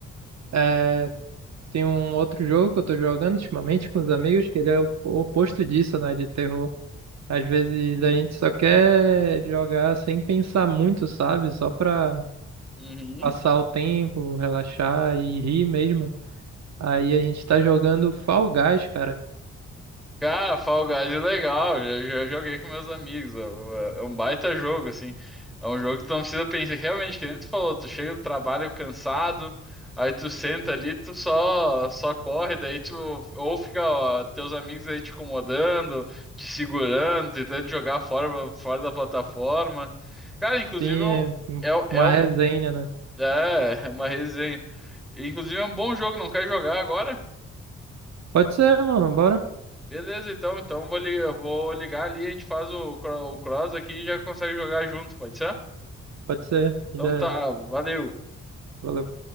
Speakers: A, on the right (about 60°); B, in the centre.
A: é, tem um outro jogo que eu tô jogando ultimamente com os amigos, que ele é o o oposto disso, né? De terror. Às vezes a gente só quer jogar sem pensar muito, sabe? Só pra
B: Uhum.
A: passar o tempo, relaxar e rir mesmo. Aí a gente tá jogando Fall Guys, cara.
B: Cara, Fall Guys é legal, já, já joguei com meus amigos, é é um baita jogo, assim. É um jogo que tu não precisa pensar, realmente, que nem tu falou, tu chega do trabalho cansado, aí tu senta ali, tu só, só corre, daí tu, ou fica, ó, teus amigos aí te incomodando, te segurando, tentando te jogar fora, fora da plataforma. Cara, inclusive,
A: Tem
B: é, um-
A: é, um-
B: é
A: uma
B: é um
A: resenha, né?
B: É, <laughs> é uma resenha. Inclusive é um bom jogo, não quer jogar agora?
A: Pode ser, mano, bora?
B: Beleza, então. Então vou li- eu vou ligar ali, a gente faz o, cro- o cross aqui e já consegue jogar junto, pode ser?
A: Pode ser.
B: Então
A: Já
B: tá,
A: é.
B: valeu.
A: Valeu.